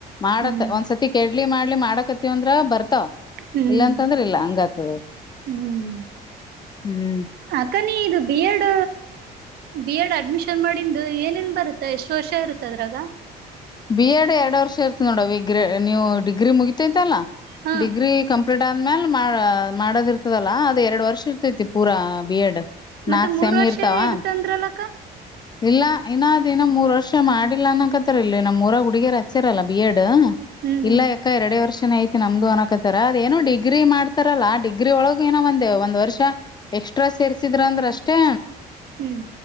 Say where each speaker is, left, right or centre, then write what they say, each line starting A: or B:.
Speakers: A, on the left; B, on the right.
A: ಮಾಡತ್
B: ಹ್ಮ್
A: ಒಂದ್ಸತಿ ಕೆಡ್ಲಿ ಮಾಡ್ಲಿ ಮಾಡಕತಿವ ಅಂದ್ರ ಬರ್ತಾವ
B: ಹ್ಮ್
A: ಇಲ್ಲ ಅಂತಂದ್ರ ಇಲ್ಲ ಹಂಗ ಆತದ
B: ಹ್ಮ್
A: ಹ್ಮ್
B: ಅಕ್ಕ ನೀ ಇದು B Ed B Ed admission ಮಾಡಂದು ಏನೇನ್ ಬರುತ್ತಾ ಎಷ್ಟು ವರ್ಷ ಇರುತ್ತೆ ಅದ್ರಾಗ
A: ಬಿ ಎಡ್ ಎರಡು ವರ್ಷ ಇರ್ತಿ ನೋಡ ಅವ ಗ್ರ ನೀವು ಡಿಗ್ರಿ ಮುಗಿತೈತಲ್ಲಾ
B: ಹಾ
A: ಡಿಗ್ರಿ ಕಂಪ್ ಕಂಪ್ಲೀಟ್ ಆದ್ಮೇಲೆ ಮಾಡದ ಇರ್ತದಲ್ಲಾ ಅದು ಎರಡು ವರ್ಷ ಇರ್ತೈತಿ ಪೂರಾ ಬಿ ಎಡ್
B: ಮತ್ತ
A: ನಾಕ್
B: ಮೂರ್
A: ಸೆಮ್
B: ವರ್ಷ
A: ಇರ್ತಾವ
B: ಇರ್ತ ಅಂದ್ರಲಕ್ಕ
A: ಇಲ್ಲ ಇನ್ನಾದ್ ಇನ್ನ ಮೂರ್ ವರ್ಷ ಮಾಡಿಲ್ಲ ಅನ್ನಕತ್ತರಿ ಇಲ್ಲಿ ನಮ್ಮ್ೂಊ ಹುಡುಗಿಯರ್ ಹಚ್ಚಿರಲ್ಲ ಬಿ ಎಡ್
B: ಹ್ಮ್
A: ಇಲ್ಲಾ ಯ ಅ ಎರಡೇ ವರ್ಷನ ಐತಿ ನಮ್ದು ಅನಕತರ ಅದೇನು ಡಿಗ್ರಿ ಮಾಡ್ತಾರಲ್ಲಾ ಡಿಗ್ರಿ ಒಳಗ ಏನೋ ಒಂದೆ ಒಂದ್ ವರ್ಷ ಎಕ್ಸ್ಟ್ರಾ ಸೇರ್ಸಿದ್ರ ಅಂದ್ರ ಅಷ್ಟೇ
B: ಹ್ಮ್